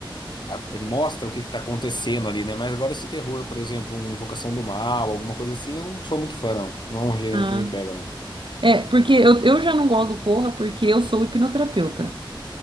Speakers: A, on the left; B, on the right.
A: a- é, mostra o que está acontecendo ali, né? Mas agora esse terror, por exemplo, uma Invocação do Mal, alguma coisa assim, eu não sou muito fã, não. Não é um gênero
B: Ah,
A: que me pega, não.
B: É, porque eu, eu já não gosto do Corra porque eu sou hipnoterapeuta.